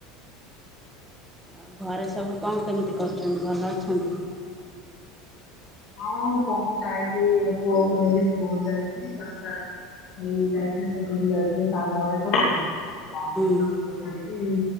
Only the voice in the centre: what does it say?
ଆଉ ଘରେ ସବୁ କଣ କେମିତି କରୁଛନ୍ତି ଭଲ ଅଛନ୍ତି?
ହୁଁ